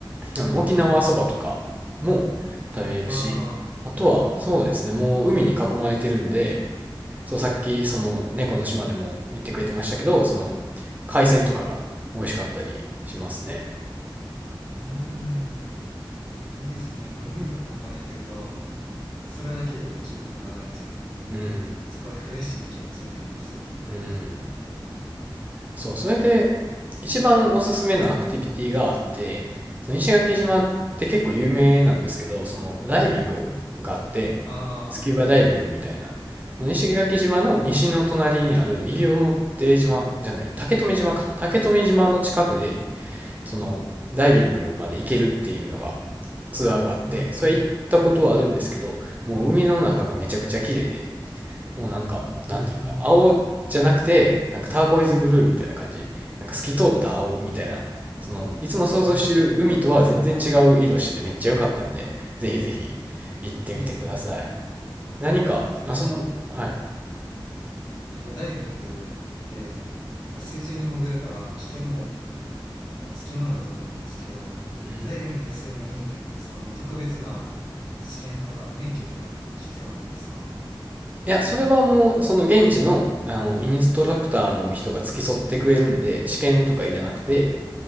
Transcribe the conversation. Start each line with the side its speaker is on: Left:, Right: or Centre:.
Right: あの、沖縄そばとかも
Left: うん。
Right: 食べれるし、
Left: ああ、
Right: あとは、そうですね、もう海に囲まれてるんで、そう、さっき、その、猫の島でも言ってくれてましたけど、その、海鮮とかが美味しかったりしますね。
Left: うーん、いいですね。やっぱ海に囲われてると、それだけで気分が上がるという、
Right: うん。
Left: すごいフレッシュな気持ちになりますよね。
Right: うん。そう、それで、一番おすすめなアクティビティがあって、その石垣島って結構有名なんですけど、
Left: うん。
Right: そのダイビングがあって、
Left: ああ、
Right: スキューバダイビングみたいな、その石垣島の西の隣にある西表島じゃない、竹富島か。竹富島の近くで、そのダイビングまで行けるっていうのがツアーがあって、
Left: うーん、
Right: それ行ったことはあるんですけど、もう海の中がめちゃくちゃ綺麗で、もうなんか、なんていうか、
Left: うーん。
Right: 青じゃなくて、なんかターコイズブルーみたいな感じ。なんか透き通った青みたいな。その、いつも想像してる海とは全然違う色しててめっちゃ良かったんで、
Left: おお、い
Right: ぜひぜひ行ってみてください。
Left: いですね。
Right: 何か、
Left: その、
Right: あ、その、はい。
Left: えっと、ダイビングって、水中に潜るから危険もまあ、つきものだと思うんですけど、
Right: うん。
Left: ダイビングするのに、その特別な試験とか免許とかって必要なんですか
Right: いや、それはもう、その現地の、あの、インストラクターの人が付き添ってくれるんで、試験とかいらなくて、